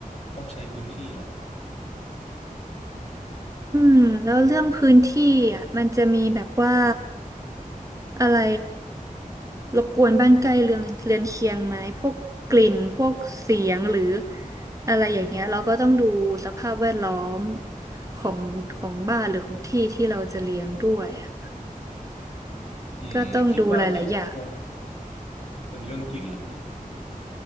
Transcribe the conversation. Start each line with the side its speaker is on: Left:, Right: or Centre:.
Left: ต้องใช้พื้นที่แหละ
Right: อืมแล้วเรื่องพื้นที่อ่ะมันจะมีแบบว่าอะไรรบกวนบ้านใกล้เรือนเรือนเคียงไหมพวกกลิ่นพวกเสียงหรืออะไรอย่างเงี้ยเราก็ต้องดูสภาพแวดล้อมของของบ้านหรือของที่ที่เราจะเลี้ยงด้วยอ่ะ
Left: อืมคิดว่าที่รบกวน
Right: ก็ต้องดูหลายๆอย่าง
Left: เป็นเรื่องกลิ่นแหละ